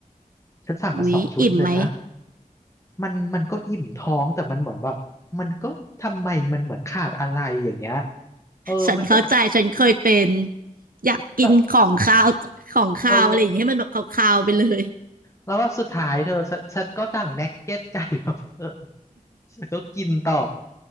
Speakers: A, on the left; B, on the right.
A: ฉันสั่งมาสองชุดเลยนะ
B: อุ๊ยอิ่มไหม
A: มันมันก็อิ่มท้องแต่มันเหมือนแบบมันก็ทำไมมันเหมือนขาดอะไรอย่างเงี้ยเออมันอยาก
B: ฉันเข้าใจฉันเคยเป็นอยากกินของคาวของคาวอะไรอย่างเงี้ยให้มันแบบคาวๆไปเลย
A: แบบเออแล้วแบบสุดท้ายเธอฉันฉันก็สั่งนักเก็ตไก่มา <laughs> เพิ่มฉันก็กินต่อ